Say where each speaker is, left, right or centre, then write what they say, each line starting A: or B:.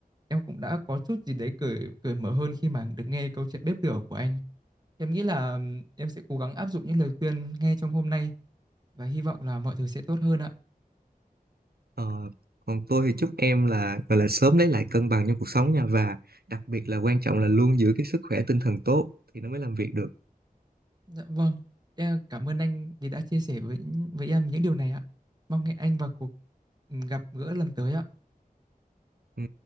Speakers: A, on the right (about 25°); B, on the right (about 85°).
A: em cũng đã có chút gì đấy cởi cởi mở hơn khi mà được nghe câu chuyện bếp lửa của anh. Em nghĩ là ừm, em sẽ cố gắng áp dụng những lời khuyên nghe trong hôm nay và hy vọng là mọi thứ sẽ tốt hơn ạ.
B: Ờ, còn tôi thì chúc em là gọi là sớm lấy lại cân bằng trong cuộc sống nha và đặc biệt là quan trọng là luôn giữ cái sức khỏe tinh thần tốt thì nó mới làm việc được.
A: Dạ vâng, em cảm ơn anh vì đã chia sẻ với với em những điều này ạ. Mong hẹn anh vào cuộc ừm, gặp gỡ lần tới ạ.
B: Ừ.